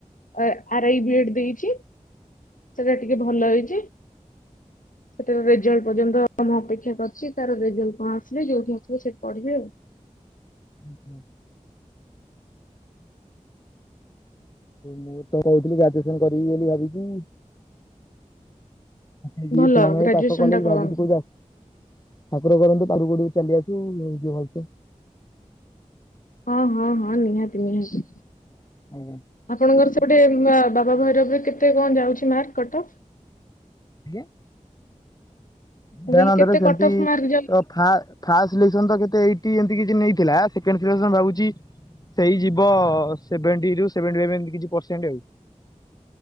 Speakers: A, on the left (about 85°); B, on the left (about 30°).
A: ଆରାଇ ବିଇଡି ଦେଇଚି। ସେଟା ଟିକେ ଭଲ ହେଇଚି। ସେଟାର ରେଜଲ୍ଟ ପର୍ଯ୍ୟନ୍ତ ମୁ ଅପେକ୍ଷା କରିଚି ତାର ରେଜଲ୍ଟ କଣ ଆସିଲେ ଯୋଉଠି ଆସିବ ସେଠି ପଢିବି ଆଉ।
B: ଆଜ୍ଞା। ମୁଁ ତ କହୁଥିଲି ଗ୍ରାଜୁଏସନ କରିବି ବୋଲି ଭାବିଚି। ଏଇ
A: ଭଲ
B: ତମେ
A: ଗ୍ରାଜୁଏସନ
B: ପାଖ କଲେ
A: ଟା କରନ୍ତୁ
B: ଭାବୁଚି କୋଉ ଜାଗା ଠାକୁର କରନ୍ତୁ ଚାରୁ ଗୋଡି ଚାଲି ଆସୁ ଯିବା ଭଲସେ
A: ହଁ ହଁ ହଁ ନିହାତି ନିହାତି
B: ଆଜ୍ଞା
A: ଆପଣଙ୍କର ସେ ସେପଟେ ମା ବାବା ଭୈରବରେ କେତେ କଣ ଯାଉଛି ମାର୍କ କଟକ?
B: ଆଜ୍ଞା?
A: ମୁଁ
B: ଦାନନ୍ଦରେ
A: କହିଲି କେତେ
B: ସେମିତି
A: କଟ ଅଫ୍ ମାର୍କ ଯାଉ
B: ତ ଫା ଫାଷ୍ଟ ସିଲେକ୍ସନ୍ ତ କେତେ ଏଇ ଏମତି କିଛି ନେଇଥିଲା, ସେକେଣ୍ଡ ସେଲେକ୍ସନ୍ ଭାବୁଚି ସେଇ ଯିବ ସେଭେଣ୍ଟିରୁ ସେଭେଣ୍ଟି ଫାଇଭ ଏମିତି କିଛି ପରସେଣ୍ଟ ଆଉ ଏବେ